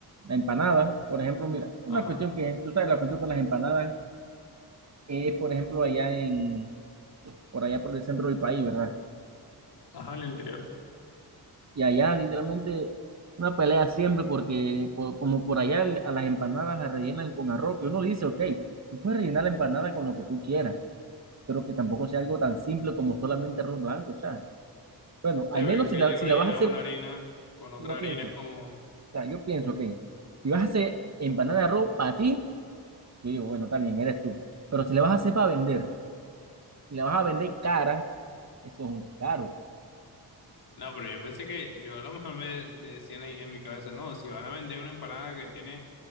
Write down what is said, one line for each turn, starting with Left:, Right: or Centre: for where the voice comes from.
Right: la empanada, por ejemplo, mira, una
Left: Ajá,
Right: cuestión que, tú sabes, la cuestión con las empanadas es, por ejemplo, allá en, por allá por el centro del país, ¿verdad?
Left: ajá, en el interior.
Right: Y allá, literalmente, una pelea siempre porque, por- como por allá a las empanadas las rellenan con arroz, que uno dice, ok, tú puedes rellenar la empanada con lo que tú quieras, pero que tampoco sea algo tan simple como solamente arroz blanco, o sea, bueno,
Left: Sí,
Right: al
Left: pero
Right: menos
Left: es que
Right: si la,
Left: ella
Right: si
Left: rellena
Right: la vas a hacer,
Left: una harina con otra
Right: si yo
Left: harina,
Right: pienso,
Left: es como...
Right: o sea, yo pienso, ok, si vas a hacer empanada de arroz para ti, yo digo, bueno, está bien, eres tú, pero si la vas a hacer para vender, y la vas a vender cara, eso es un descaro,
Left: No, pero yo pensé que yo a lo mejor me decían en, en mi cabeza, no, si van a vender una empanada que tiene,